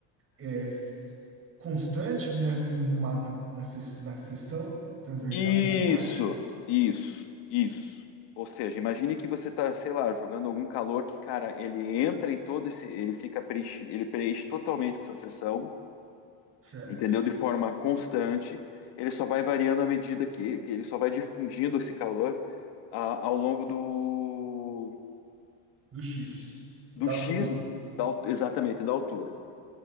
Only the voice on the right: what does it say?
é, é s- constante na numa, na, na, ses- na seção transversal
que a gente corta,
certo?
Do X, da
altura.